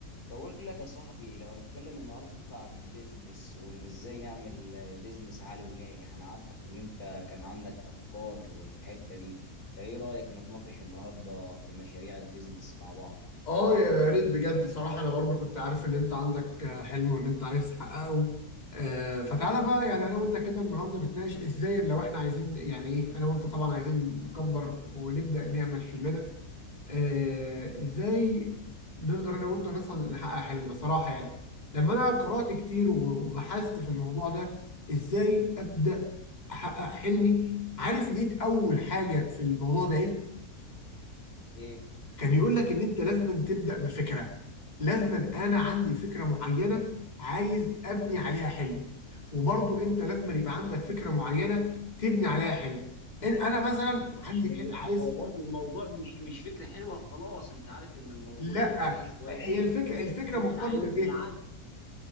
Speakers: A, on the left; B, on the left.
A: بقول لك يا صاحبي لو هنتكلم النهارده عن البيزنس وان ازاي نعمل بيزنس عالي وناجح انا عارفك ان انت كان عندك افكار في الحتة دي فايه رأيك نتناقش النهارده في مشاريع البيزنس مع بعض
B: اه يا ريت بجد صراحة أنا برضو كنت عارف إن أنت عندك آه، حلم وإن أنت عايز تحققه آه، فتعالى بقى يعني أنا وأنت كده النهاردة نتناقش إزاي لو إحنا عايزين يعني إيه أنا وأنت طبعا عايزين نكبر ونبدأ نعمل حلمنا آه، إزاي نقدر أنا وأنت نصل نحقق حلمنا صراحة يعني لما أنا قرأت كتير و- وبحثت في الموضوع ده إزاي أبدأ أحقق حلمي عارف لقيت أول حاجة في الموضوع ده إيه؟
A: ايه
B: كان يقول لك ان انت لازم تبدا بفكره لازم انا عندي فكره معينه عايز ابني عليها حلم وبرضو انت لازم يبقى عندك فكره معينه تبني عليها حلم إن- انا مثلا
A: ماشي،
B: عندي
A: ما
B: حل- عايز
A: ما هو برضه الموضوع مش مش فكرة حلوة خلاص انت عارف ان الموضوع
B: لا
A: بيبقى عايز شوية
B: هي الفكره الفكره
A: نمشي
B: مرتبطه
A: عليهم
B: بايه
A: بالعافية